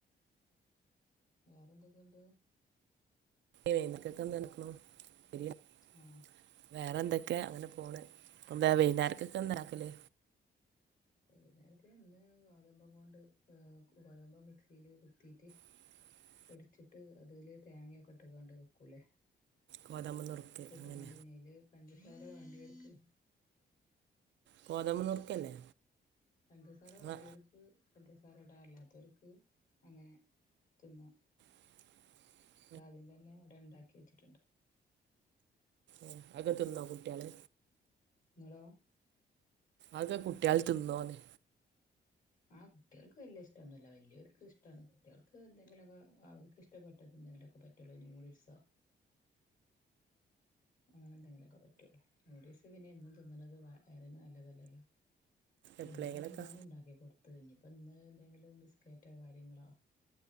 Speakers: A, on the left; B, on the right.
A: വേറെന്തൊക്കെയുണ്ട്
B: <unintelligible>
A: ആഹ്
B: വേറെ എന്തൊക്കെയാ അങ്ങനെ പോണ് എന്താ വൈകന്നേരക്കൊക്കെ എന്താക്കല്
A: വൈകുന്നേരത്തെ ഇന്ന് ഗോതമ്പം കൊണ്ട് ഗോതമ്പം മിക്സില് കുത്തിട്ട്
B: <inaudible>
A: പൊടിച്ചിട്ട് അതില് തേങ്ങൊക്കെ ഇട്ട്കാണ്ട് വെക്കൂലേ
B: ഗോതമ്പ് നുറുക്ക്
A: ഉപ്പിട്ട്
B: അങ്ങനെ
A: കണ്ടഞ്ഞല് പഞ്ചസാര വേണ്ടിയ എടുക്ക്
B: ഗോതമ്പ് നുറുക്കല്ലേ
A: പഞ്ചസാര വേണ്ടിയവർക്ക്
B: ആ
A: പഞ്ചസാര ഇടാ അല്ലാത്തവർക്ക് അങ്ങനെ തിന്ന
B: <inaudible>
A: അതാദ്യം തന്നെ അവിടെ ഉണ്ടാക്കി വെച്ചിട്ടുണ്ട്
B: ആഹ് അത് തിന്നോ കുട്ടികള്
A: ങ്ങളോ
B: അതക്കെ കുട്ട്യാൾ തിന്നോന്ന്
A: ആഹ് കുട്ടികൾക്ക് വല്യ ഇഷ്ടൊന്നുവില്ല വല്യവർക്ക് ഇഷ്ടവാണ് കുട്ടികൾക്ക് എന്തെങ്കിലുമൊക്കെ അവർക്ക് ഇഷ്ടപ്പെട്ടത്, എന്തെങ്കിലൊ പറ്റുവൊള്ളു നൂഡിൽസോ അങ്ങനെ എന്തെങ്കിലുമൊക്കെ പറ്റുള്ളൂ നൂഡിൽസ് പിന്നെ എന്നും തിന്നതണ് വയറീന് നല്ലതല്ലല്ലോ? ഇന്നലെയും
B: എപ്പോഴെങ്കിലൊക്കെ
A: മിനഞ്ഞാന്നും ഉണ്ടാക്കി കൊടുത്തതാ ഇനിയിപ്പോ ഇന്ന് എന്തെങ്കിലും ബിസ്ക്കറ്റോ കാര്യങ്ങളോ